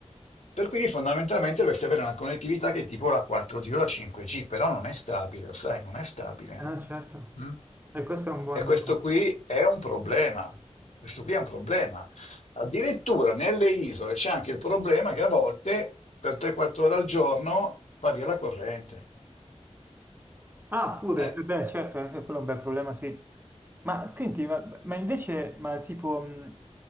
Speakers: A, on the left; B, on the right.
A: Per cui fondamentalmente dovresti avere una connettività che è tipo la 4G o la 5G, però non è stabile, lo sai, non è stabile.
B: Eh no, certo.
A: mm?
B: E questo è un buon...
A: E questo qui è un problema. Questo qui è un problema. Addirittura nelle isole c'è anche il problema che a volte per 3-4 ore al giorno va via la corrente.
B: Ah, pure,
A: Eh.
B: eh beh, certo, anche quello è un bel problema, sì. Ma senti, ma, ma invece, ma tipo, mh,